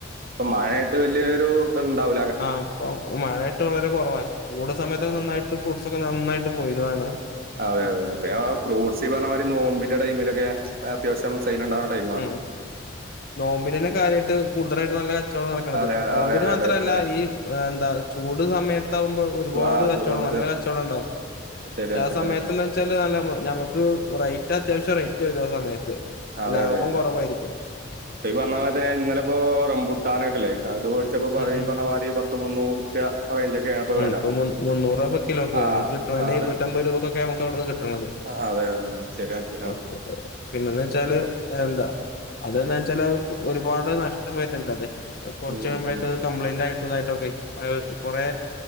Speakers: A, on the right; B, on the left.
A: ഇപ്പൊ മഴ ആയിട്ട് വല്യോരു ഇത്ണ്ടാവ
B: ആഹ് പ്പൊ മഴായിട്ട് വളരെ കുറവാ ചൂട് സമയത്തൊക്കെ
A: ആ ആ
B: നന്നായിട്ട്
A: ആ
B: ഫ്രൂട്ട്സ് ഒക്കെ നന്നായിട്ട് പോയിനതാണ്
A: അതെ അതെ പിന്നെ പ്പ ഞാൻ ഫ്രൂട്ട്സ് ഈ പറഞ്ഞ മാതിരി നോമ്പിന്റെ ടൈമിലൊക്കെ അത്യാവ്ശ്യം സെയ്ൽ ഉണ്ടാവുന്ന ടൈം ആണ്
B: മ്മ് നോമ്പിനെന്നെ കാര്യമായിട്ട് കൂടുതലായിട്ട് നല്ല കച്ചവടം നടക്ക്ണത്
A: അതെ
B: നോ
A: അതെ
B: മ്പിന്
A: അതെ
B: മാത്രല്ല
A: അതെ ശരിയാ
B: ഈ എന്താ ചൂട് സമയത്താകുമ്പോ ഒരുപാട്
A: ആ
B: കച്ചവടം
A: ചൂട് സമയത്ത്
B: നല്ല കച്ചവടം ഉണ്ടാവും പക്ഷെ
A: ശരിയാണ്
B: ആ
A: ശരിയാണ്
B: സമയത്ത്ന്തച്ചാല് നല്ല ഞമുക്ക് റേറ്റ് അത്യാവശ്യം റേറ്റ് വരും ആ സമയത്ത്
A: അതെ
B: ലാഭം
A: അതെ
B: കുറവായിരിക്കും
A: ഇപ്പൊ ഈ പറഞ്ഞ മാരി തന്നെ ഇന്നലെപ്പോ റംബുട്ടാനൊക്കെല്ലേ അത് വേടിച്ചപ്പോ
B: ഉം
A: ഈ
B: ഉം
A: പറഞ്ഞമാരി പത്ത് മുന്നൂറുപ്യ റേഞ്ച് ഒക്കെ ആണ്പ്പോ
B: ഉം
A: വെല
B: ഇപ്പൊ മു മുന്നൂറ് രൂപ കിലോക്ക്
A: ആ
B: നമുക്ക് കിട്ട്ണതെന്നെ
A: ആറ്
B: ഇരുന്നൂറ്റി അമ്പത് രൂപക്കൊക്കെ നമുക്ക് അവ്ട്ന്ന് കിട്ട്ണത്
A: ആ, അതെ അതെ അതെ. ശരിയാണ് ശരിയാണ്
B: ആയ്ക്കോട്ടെ പിന്നെന്താച്ചാ ല് എന്താ അതെന്താച്ചാല് ഒരുപാട് നഷ്ടം വരുന്നുണ്ട് അതെ കുറച്ചഴിമ്പഴേക്കത്
A: ഉം ഉം
B: കംപ്ലെയിന്റ് ആയി യിട്ടൊക്കെ അത് കൊറേ